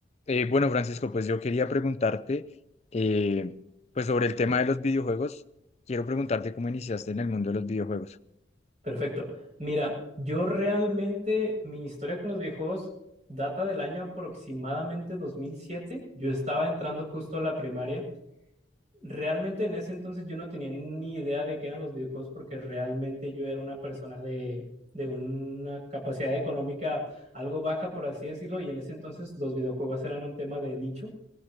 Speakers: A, on the left; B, on the right.
A: Eh, bueno, Francisco, pues yo quería preguntarte, eh, pues sobre el tema de los videojuegos, quiero preguntarte cómo iniciaste en el mundo de los videojuegos.
B: Perfecto. Mira, yo realmente mi historia con los videojuegos data del año aproximadamente 2007. Yo estaba entrando justo a la primaria. Realmente en ese entonces yo no tenía ni idea de qué eran los videojuegos porque realmente yo era una persona de, de una capacidad económica algo baja, por así decirlo, y en ese entonces los videojuegos eran un tema de nicho.